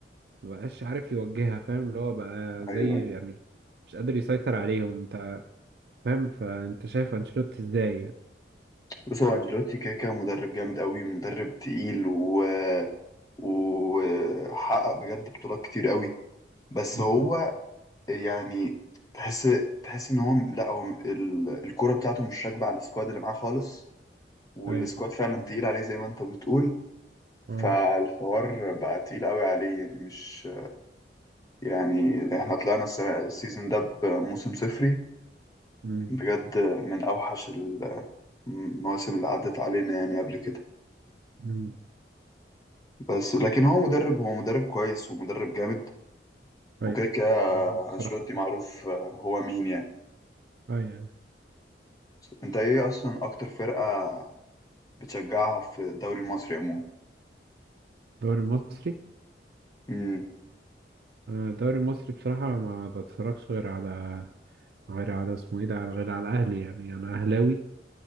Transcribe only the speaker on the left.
ايوه أيوة.
بص هو انجيلوتي كده كده مدرب جامد قوي ومدرب تقيل و وحقق بجد بطولات كتير قوي بس
هو يعني تحس تحس ان هو لا هو ال- الكوره بتاعته مش راكبه على السكواد اللي معاه خالص والسكواد
فعلا تقيل عليه زي ما انت بتقول فالحوار
بقى تقيل قوي عليه يعني مش يعني احنا طلعنا السنة السيزون ده بموسم صفري
بجد من أوحش ال- المواسم اللي عدت علينا يعني قبل كده
بس لكن هو مدرب هو مدرب كويس ومدرب جامد
وكده كده
أنشيلوتي معروف هو مين يعني
انت ايه اصلا اكتر فرقة بتشجعها في الدوري المصري عموما
امم